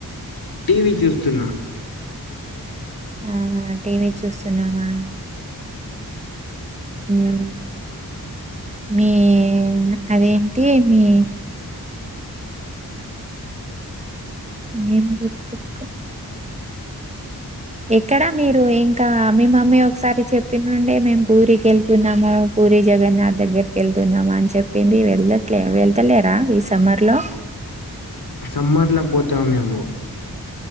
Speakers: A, on the left; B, on the right.
A: టీవీ చూస్తున్నా
B: ఆహ టీవీ చూస్తున్నావా ఉ మీ అదేంటి మీ ఏమ్ గుతుకు ఎక్కడా మీరు ఇంకా మీ మమ్మీ ఒకసారి చెప్పినుండే మేము పూరి కెళ్తున్నాము పూరి జగన్నాథ్ దగ్గరకి వెళ్తున్నామని చెప్పింది వెళ్లట్లే వెళ్తలేరా ఈ సమ్మర్ లో
A: సమ్మర్ లా పోతాంమేము